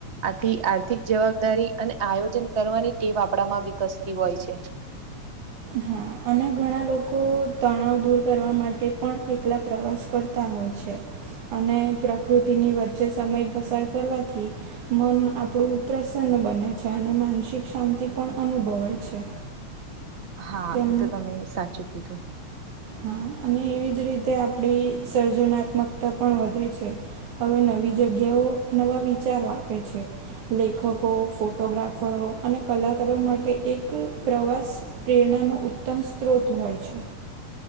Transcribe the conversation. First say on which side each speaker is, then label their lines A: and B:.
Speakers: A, on the right; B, on the right.
A: આથી આર્થિક જવાબદારી અને આયોજન કરવાની ટેવ આપણામાં વિકસતી હોય છે. <inaudible>
B: હા અને ઘણા લોકો તણાવ દૂર કરવા માટે પણ એકલા પ્રવાસ કર તા હોય છે અને પ્રકૃતિની વચ્ચે સમય પસાર કરવાથી મન આપડું પ્રસન્ન બને છે માનસિક શાંતિ પણ અનુભવાય છે.
A: હા,
B: તેમ
A: એતો તમે સાચું કીધું.
B: હા અને એવી જ રીતે આપણી સર્જનાત્મકતા પણ વધે છે. હવે નવી જગ્યાઓ નવા વિચારો આપે છે. લેખકો, ફોટોગ્રાફરો અને કલાકારો માટે એક પ્રવાસ પ્રેરણાનો ઉત્તમ સ્રોત હોય છે.